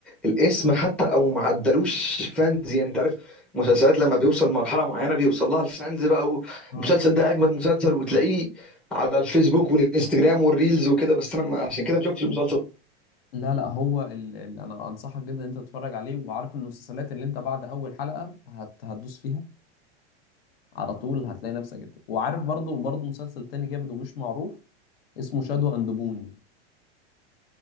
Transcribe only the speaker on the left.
اه
لا لا هو ال... ال... انا انصحك جدا ان انت تتفرج عليه وعارف ان المسلسلات اللي انت بعد اول حلقة هت... هتدوس فيها على طول هتلاقي نفسك جبته وعارف برضو برضو مسلسل تاني جامد ومش معروف اسمه شادو اند بون